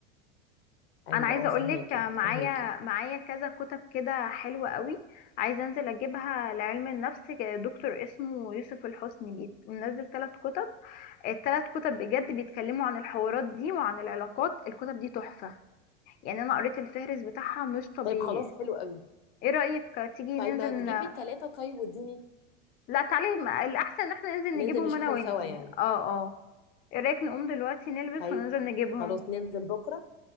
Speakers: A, on the left; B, on the left.
A: ايوه
B: انا عايزه
A: اه فاهماكي
B: اقول لك معايا
A: فاهماكي
B: معايا كذا كتب كده حلوه قوي عايزه انزل اجيبها لعلم النفس دكتور اسمه يوسف الحسني بيت منزل ثلاث كتب الثلاث كتب بجد بيتكلموا عن الحوارات دي وعن العلاقات الكتب دي تحفه يعني انا قريت الفهرس بتاعها مش طبيعي
A: طيب خلاص حلو قوي
B: ايه رايك تيجي
A: طيب
B: ننزل
A: ما تجيبي
B: ن...
A: التلاته طيب واديني
B: لا تعالي ما- الاحسن ان احنا ننزل
A: ننزل
B: نجيبهم
A: نشوفهم
B: انا وانتي
A: سوا يعني
B: اه اه ايه رايك نقوم دلوقتي نلبس
A: طيب
B: وننزل نجيبهم
A: خلاص ننزل بكره